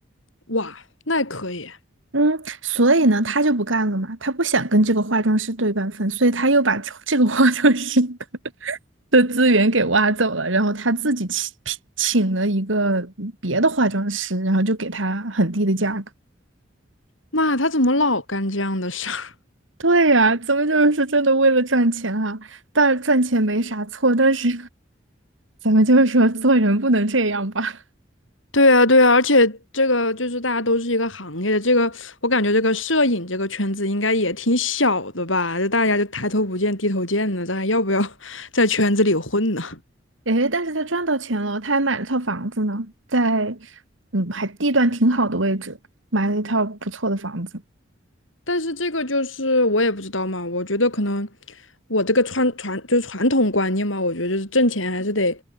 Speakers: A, on the left (about 85°); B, on the right (about 80°).
A: 哇，那也可以。
B: 嗯，所以呢，他就不干了嘛，他不想跟这个化妆师对半分，所以他又把这个化妆师 <laughs> 的资源给挖走了，然后他自己请请了一个别的化妆师，然后就给他很低的价格。
A: 妈，他怎么老干这样的事儿？<laughs>
B: 对呀，咱们就是说真的为了赚钱啊，但赚钱没啥错，但是咱们就是说做人不能这样吧。
A: 对啊，对啊，而且这个就是大家都是一个行业的，这个我感觉这个摄影这个圈子应该也挺小的吧？就大家就抬头不见低头见的，咱还要不要 <laughs> 在圈子里混呢？
B: 诶，但是他赚到钱了，他还买了套房子呢，在嗯还地段挺好的位置，买了一套不错的房子。
A: 但是这个就是我也不知道嘛，我觉得可能我这个传传就是传统观念嘛，我觉得就是挣钱还是得